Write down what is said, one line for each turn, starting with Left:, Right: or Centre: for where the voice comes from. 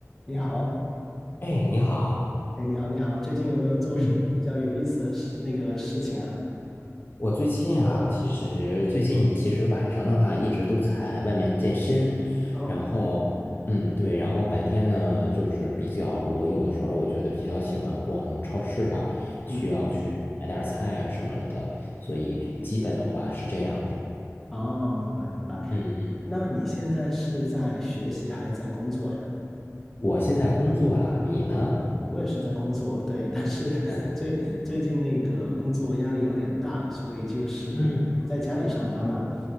Centre: 你好，
Left: 哎，你好，
Centre: 哎，你好，你好，最近有没有做什么比较有意思的事，
Left: 嗯，
Centre: 那个事情啊？
Left: 我最近啊，其实最近其实晚上的话一直都在外面健身，
Centre: 哦，
Left: 然后嗯对，然后白天呢就是比较，我有的时候我觉得比较喜欢逛超市吧，
Centre: 嗯哼，
Left: 需要去买点儿菜啊什么了的，所以基本的话是这样的。
Centre: 哦，明白明白。
Left: 嗯，
Centre: 那你现在是在学习还是在工作呀？
Left: 我现在工作了，你呢？
Centre: 我也是在工作，对，但是 <laughs>
Left: 哦，
Centre: 最最近那个工作压力有点大，所以就是我在家里上班嘛，
Left: 嗯